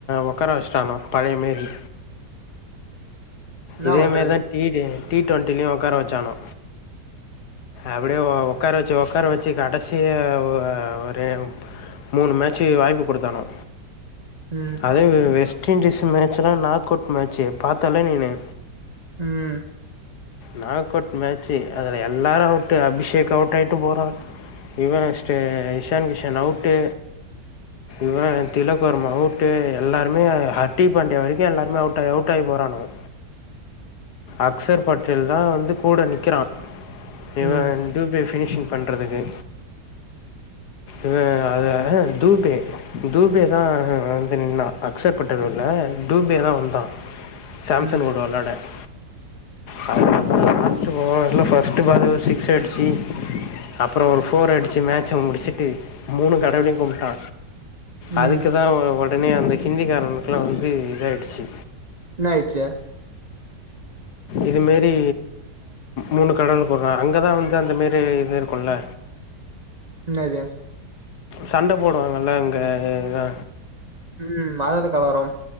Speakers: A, on the left; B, on the right.
A: ஒக்கார வச்ட்டானா பழைய மாரி
B: என்னா
A: இதே
B: பண்றது
A: மாரிதா டி டே டி டுவெண்ட்டிலயு ஒக்கார வச்சானா அப்டியே ஒ ஒக்கார வச்சு ஒக்கார வச்சி கடைசி ஒ ஒரு மூணு மேட்சு வாய்ப்பு குடுத்தானு
B: ம்
A: அதே வெஸ்ட் இண்டீஸ் மேட்ச்லா நாக் அவுட் மேட்சு பாத்தாலே நீனு
B: ம்
A: நாக் அவுட் மேட்சு அதுல எல்லாரு அவுட் அபிஷேக் அவுட் ஆயிட்டு போறா இவ ஷ்ஷே இஷான் கிஷன் அவுட்டு இவன் திலக்குவர்மா அவுட்டு எல்லாருமே ஹட்டி பாண்டிய வரைக்கு எல்லாருமே அவுட் ஆயி அவுட் ஆயி போறானுவோ அக்சர் பட்டேல் தா வந்து கூட நிக்கிறா இவ
B: ம்
A: டூ பே பினிஷிங் பண்றதுக்கு அ அ அதுஹ துபே டூ பே தா வந்து நின்டா அக்சர் பட்டலேல டூ பே தா வந்தா சாம்சன்
B: ம்
A: ஓட வெளாட <unintelligible> ஃபஸ்ட் ஓவர்ல ஃபஸ்ட் ஃபஸ்டு பால்லே சிக்ஸ் அடிச்சி அப்புறோ ஒரு ஃபோர் அடிச்சு மேட்ச முடிச்சுட்டு மூணு கடவுளையு கும்ட்டா
B: ம்
A: அதுக்குதா ஒடனே அந்த ஹிந்தி காரனுக்குல்லா வந்து இதாயிடுச்சு
B: என்ன ஆயிச்சி
A: இது மாரி மூணு கடவுலு போடுற அங்கே தான் வந்து அந்தமாரி இது இருக்கும்ல
B: என்னது
A: சண்ட போடுவாங்கல்ல அங்க இதா
B: ம் மதத்து கலவரம்